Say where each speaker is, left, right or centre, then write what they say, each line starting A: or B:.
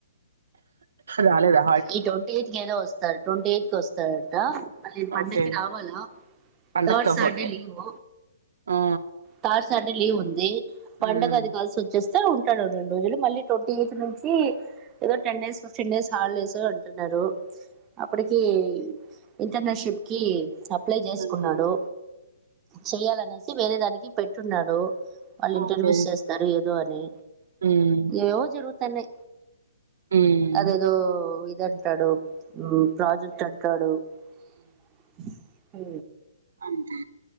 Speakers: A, on the right; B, on the right.
A: రాలేదా
B: ఈ ట్వంటీ ఎయిత్ కి ఏదో వస్తాడు ట్వంటీ ఎయిత్ కి వస్తాడంట నేను పండక్కి
A: ఓకే
B: రావాలా
A: పండక్క
B: తర్డ్ సాటర్డే
A: ఓకే
B: లీవు
A: ఆ
B: థర్డ్ సాటర్డే లీవు ఉంది
A: ఉమ్
B: పండగది కల్సోచ్చేసింది స్తే ఉంటాడు రెండు రోజులు మళ్ళీ ట్వంటీ ఎయిత్ నుంచి ఏదో ten days fifteen days holidays అంటున్నారు అప్పటికి ఇంటర్నషిప్ కి అప్లై చేసుకున్నాడు
A: ఉమ్
B: చెయ్యాలనేసి వేరే దానికి పెట్టున్నాడు వాళ్ళు ఇంటర్వ్యూస్
A: ఓకే
B: చేస్తారు ధోనీ
A: ఉమ్
B: ఏవో జరు తనే
A: ఉమ్
B: అదేదో ఇద అంటాడు ప్రాజెక్ట్ అంటాడు <inaudible> హో
A: అంతే